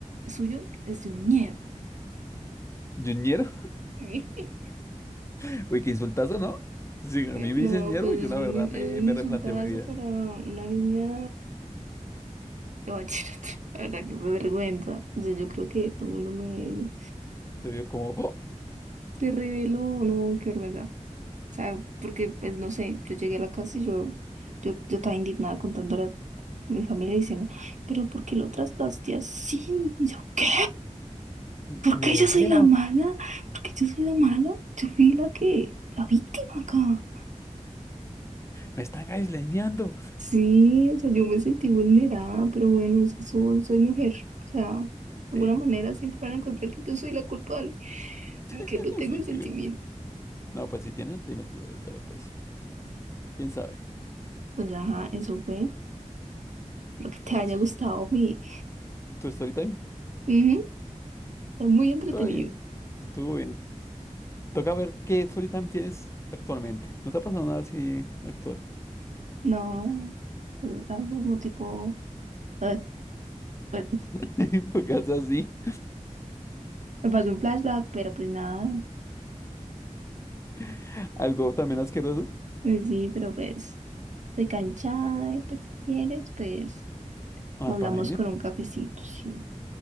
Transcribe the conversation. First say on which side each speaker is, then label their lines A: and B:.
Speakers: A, on the right; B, on the left.
A: suyo es de un ñero.
B: ¿Yo ñero?
A: <laughs>
B: <laughs> Uy, qué insultazo, ¿no? Si a mí me
A: No,
B: dicen ñero,
A: pues
B: yo la
A: es un,
B: verdad
A: es
B: me,
A: un
B: me
A: insultazo
B: replanteo mi vida.
A: para una niña Te voy a decir, <laughs> la verdad que me vergüenza. O sea, yo creo que todo el mundo me
B: Te veo como... ¡oh!
A: se reveló, no, qué vergüenza. O sea, porque pues no sé, yo llegué a la casa y yo, yo, yo estaba indignada contándole a mi familia diciendo, pero ¿por qué lo trataste así? Y yo, ¿qué?
B: Me
A: ¿Por qué
B: desean,
A: yo soy la mala? ¿Por qué yo soy la mala? Yo fui la que, la víctima acá.
B: me están aisleñando.
A: Sí, o sea, yo me sentí vulnerada, pero bueno, es que soy, soy mujer. O sea, de alguna
B: Sí,
A: manera siempre van a encontrar que yo soy la culpable.
B: <laughs>
A: que no tengo
B: así
A: sentimiento.
B: que. No, pues si tienes, dime tú, eh, pero pues, quién sabe.
A: Pues ajá, eso fue. Espero que te
B: Pues,
A: haya gustado mi.
B: tu story time,
A: Ujú, Es muy entretenido.
B: todo bien, estuvo bien. Toca ver qué story time tienes actualmente. ¿No te ha pasado nada así actual?
A: No, algún tipo. eh, bueno,
B: <laughs> Porque es así.
A: me pasó un flashback, pero pues nada.
B: <laughs> Algo también asqueroso.
A: Eh, Sí, pero pues estoy canchada, y pues si quieres, pues
B: Ah,
A: lo hablamos
B: para mí, mira.
A: con un cafecito, sí.